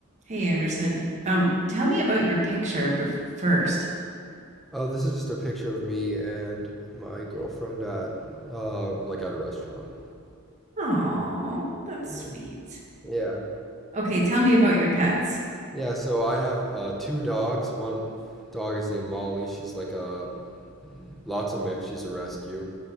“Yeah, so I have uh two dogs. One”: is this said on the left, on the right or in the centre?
Centre